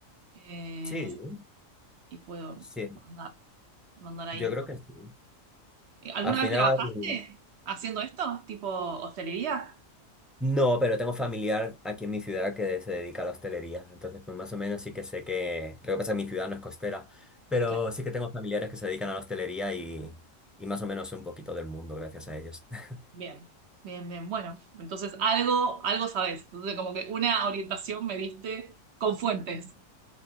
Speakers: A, on the right; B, in the centre.
A: eh,
B: Sí,
A: y puedo
B: sí,
A: mandar, mandar ahí.
B: yo creo que sí.
A: Eh, ¿Alguna
B: Al final,
A: vez trabajaste haciendo esto? ¿Tipo hostelería?
B: No, pero tengo familiar aquí en mi ciudad que se dedica a la hostelería, entonces pues más o menos sí que sé que... Lo que pasa es que mi ciudad no es costera, pero
A: Claro,
B: sí que tengo familiares que se dedican a la hostelería y, y más o menos sé un poquito del mundo gracias a ellos. <laughs>
A: bien, bien, bien. Bueno, entonces algo, algo sabes. Entonces, como que una orientación me diste con fuentes.